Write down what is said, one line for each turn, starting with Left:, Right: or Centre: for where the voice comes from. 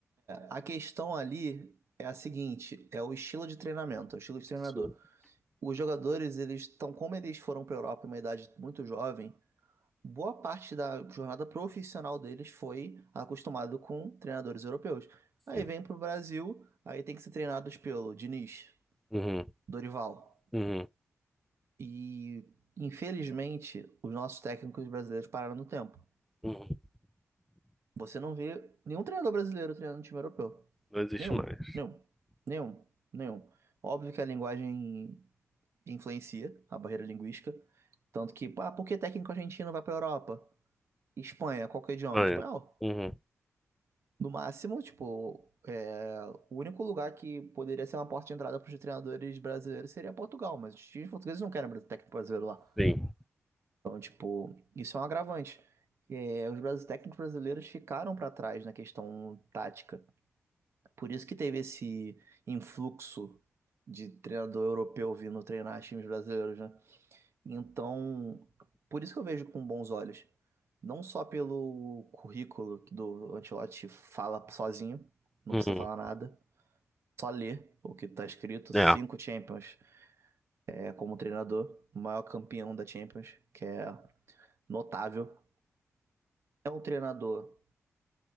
Right: A questão ali é a seguinte, é o estilo de treinamento, é o estilo de treinador.
Centre: Sim,
Right: Os jogadores, eles estão, como eles foram para a Europa em uma idade muito jovem, boa parte da jornada profissional deles foi acostumado com treinadores europeus. Aí
Centre: sim.
Right: vem para o Brasil, aí tem que ser treinados pelo Diniz,
Centre: Uhum,
Right: Dorival.
Centre: uhum,
Right: E, infelizmente, os nossos técnicos brasileiros pararam no tempo.
Centre: uhum.
Right: Você não vê nenhum treinador brasileiro treinando um time europeu.
Centre: Não existe
Right: Nenhum,
Centre: mais.
Right: nenhum, nenhum, nenhum. Óbvio que a linguagem influencia a barreira linguística. Tanto que, ah, por que técnico argentino vai pra Europa? Espanha, qual que é o idioma?
Centre: Espanha.
Right: Espanhol.
Centre: Uhum,
Right: No máximo, tipo, é, o único lugar que poderia ser uma porta de entrada para os treinadores brasileiros seria Portugal, mas os times portugueses não querem técnico brasileiro lá.
Centre: sim.
Right: Então, tipo, isso é um agravante. É, os brasi- técnicos brasileiros ficaram para trás na questão tática. Por isso que teve esse influxo de treinador europeu vindo treinar times brasileiros, né? Então, por isso que eu vejo com bons olhos. Não só pelo currículo que do Ancelotti fala sozinho, não
Centre: Uhum.
Right: precisa falar nada, só ler o que tá escrito,
Centre: É.
Right: cinco Champions é, como treinador, o maior campeão da Champions, que é notável. É um treinador